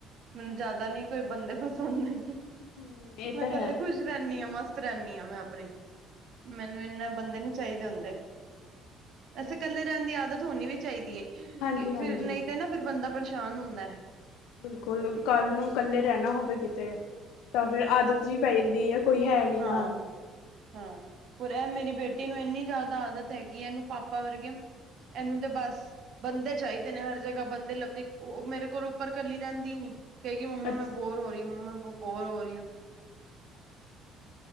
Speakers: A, on the right; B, on the left.
A: ਮੈਨੂੰ
B: ਅੱਛਾ
A: ਜਿਆਦਾ
B: ਅੱਛਾ
A: ਨੀ ਕੋਈ ਬੰਦੇ ਪਸੰਦ ਹੈਗੇ।
B: ਹਮ ਇਹ
A: ਮੈਂ
B: ਤਾਂ
A: ਇਕੱਲੇ
B: ਹੈ
A: ਖੁਸ਼ ਰਹਿੰਦੀ ਹਾਂ ਮਸਤ ਰਹਦੀ ਹਾਂ ਮੈਂ ਆਪਣੇ। ਮੈਨੂੰ ਏਨੇ ਬੰਦੇ ਨੀ ਚਾਹੀਦੇ ਹੁੰਦੇ।
B: ਹੂੰ
A: ਵੈਸੇ ਇਕੱਲੇ ਰਹਿਣ ਦੀ ਆਦਤ ਹੋਣੀ ਵੀ ਚਾਹੀਦੀ ਹੈ
B: ਹਾਂਜੀ ਹਾਂਜੀ
A: ਫਿਰ ਨਹੀਂ ਤੇ ਨਾ ਫਿਰ ਬੰਦਾ ਪਰੇਸ਼ਾਨ ਹੁੰਦਾ ਹੈ।
B: ਬਿਲਕੁਲ ਕੱਲ੍ਹ ਨੂੰ ਕੱਲੇ ਰਹਿਣਾ ਹੋਵੇ ਕਿਤੇ ਤਾਂ ਫੇਿਰ ਆਦਤ ਜਿ ਪੈ ਜਾਂਦੀ ਹੈ। ਕੋਈ ਹੈ ਨੀ
A: ਹਾਂ-ਹਾਂ,
B: ਨਾਲ
A: ਹੋਰ ਇਹ ਮੇਰੀ ਬੇਟੀ ਨੂੰ ਇੰਨੀ ਜ਼ਿਆਦਾ ਆਦਤ ਹੈਗੀਏ, ਇਹਨੂੰ ਪਾਪ ਪਾਪਾ ਵਰਗੇ, ਇਹਨੂੰ ਤੇ ਬਸ ਬੰਦੇ ਚਾਹੀਦੇ ਨੇ ਹਰ ਜਗ੍ਹਾ, ਬੰਦੇ ਲੱਭਦੀ, ਉਹ ਮੇਰੇ ਕੋਲੋਂ ਉੱਪਰ ਕੱਲੀ ਰਹਿੰਦੀ ਨੀ। ਕਹਿਈ ਮੰਮਾ,
B: ਅੱਛਾ
A: ਮੈਂ
B: ਅੱਛਾ
A: ਬੋਰ ਹੋ ਰਹੀ ਹੁਂ, ਮੰਮਾ ਮੈਂ ਬੋਰ ਹੋ ਰਹੀ ਹੁਂ।